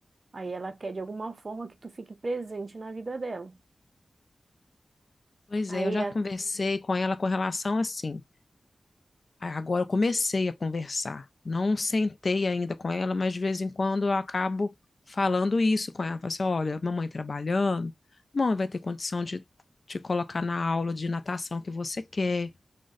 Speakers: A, on the right; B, on the left.
A: Aí ela quer de alguma forma que tu fique presente na vida dela.
B: Pois
A: Aí
B: é, eu já
A: é
B: conversei com ela com relação assim. Agora eu comecei a conversar. Não sentei ainda com ela, mas de vez em quando eu acabo falando isso com ela. Falo assim, olha, mamãe trabalhando, mamãe vai ter condição de te colocar na aula de natação que você quer,